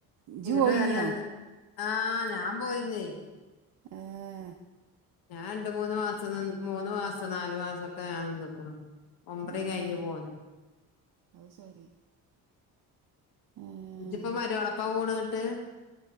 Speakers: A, on the right (about 55°); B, on the left (about 70°).
A: ഇജ്ജ്
B: ഇങ്ങോട്ട്
A: പോയിനിയോ
B: വേന്ന എന്താ. ആഹ ഞാൻ പോയിരുന്നേ.
A: ഏഹ്
B: ഞാണ്ട് മൂന്ന് മാസം നിന്ന് മൂന്ന് മാസം നാലു മാസക്കെ ഞാൻ നിന്നു ക്ക്ണ് ഉംറേം
A: ഏഹ്
B: കഴിഞ്ഞ് പോന്ന്
A: അത് ശരി ഏഹ്
B: ഇജ്പ്പോ മരിയോളപ്പാ പോണ് ന്നട്ട്